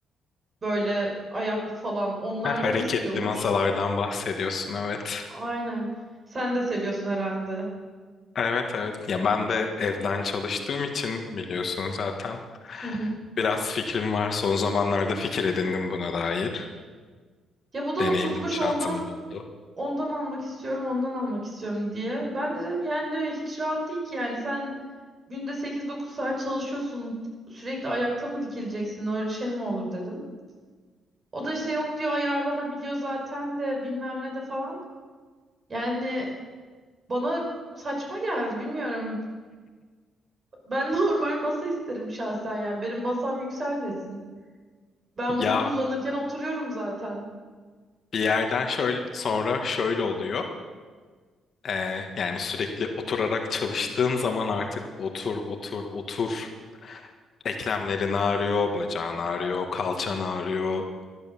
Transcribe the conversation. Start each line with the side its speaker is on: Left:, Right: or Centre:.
Right: Böyle ayaklı falan onlardan
Left: Ha, hareketli
Right: istiyormuş.
Left: masalardan bahsediyorsun evet.
Right: Aynen. Sen de seviyorsun herhalde.
Left: Evet evet. Ya ben de evden çalıştığım için biliyorsun zaten.
Right: Hı hı.
Left: Biraz fikrim var. Son zamanlarda fikir edindim buna dair.
Right: Ya bu da o
Left: Deneyimli
Right: tutmuş
Left: bir şansım
Right: ondan
Left: da oldu.
Right: ondan almak istiyorum ondan almak istiyorum diye. Ben de dedim yani de hiç rahat değil ki yani sen günde sekiz dokuz saat çalışıyorsun sürekli ayakta mı dikileceksin öyle şey mi olur dedim. O da işte yok diyor ayarlanabiliyor zaten de bilmem ne de falan. Yani bana saçma geldi bilmiyorum. Ben <laughs> normal masa isterim şahsen yani benim masam yükselmesin. Ben
Left: Ya
Right: bunu kullanırken oturuyorum zaten.
Left: bir yerden şöyle sonra şöyle oluyor. Ee, yani sürekli oturarak çalıştığın zaman artık otur otur otur. Eklemlerin ağrıyor, bacağın ağrıyor, kalçan ağrıyor.